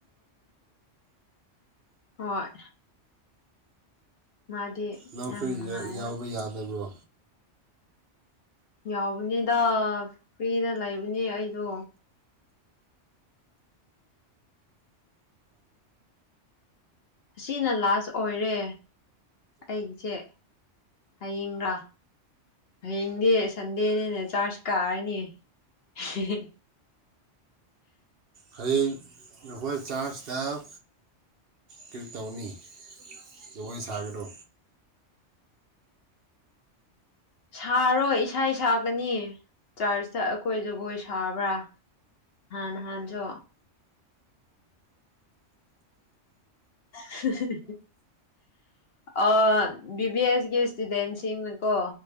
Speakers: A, on the left; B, on the right.
A: ꯍꯣꯏ ꯃꯥꯗꯤ
B: ꯅꯪꯁꯨ
A: ꯌꯥꯝ ꯅꯨꯡꯉꯥꯏꯔ
B: ꯌꯥꯎꯕ ꯌꯥꯗꯕ꯭ꯔꯣ
A: ꯌꯥꯎꯕꯅꯦꯗ ꯐ꯭ꯔꯤꯗ ꯂꯩꯕꯅꯦ ꯑꯩꯗꯣ ꯑꯁꯤꯅ ꯂꯥꯁ ꯑꯣꯏꯔꯦ ꯑꯩꯁꯦ ꯍꯌꯦꯡꯔ ꯍꯌꯦꯡꯗꯤ ꯁꯟꯗꯦꯅꯤꯅ ꯆꯥꯔꯖ ꯀꯥꯔꯅꯤ ꯍ
B: ꯍꯌꯦꯡ ꯅꯈꯣꯏ ꯆꯥꯁꯇꯕ ꯀꯔꯤ ꯇꯧꯅꯤ ꯖꯒꯣꯏ ꯁꯥꯒꯗꯣ
A: ꯁꯥꯔꯣꯏ ꯏꯁꯥ ꯁꯛꯀꯅꯤ ꯆꯔꯆꯇ ꯑꯩꯈꯣꯏ ꯖꯒꯣꯏ ꯁꯥꯕ꯭ꯔꯥ ꯅꯍꯥꯟꯁꯨ <unintelligible> ꯑ ꯕꯤꯕꯤ ꯑꯦꯁꯀꯤ ꯏꯁꯇꯨꯗꯦꯟꯁꯤꯡꯅꯀꯣ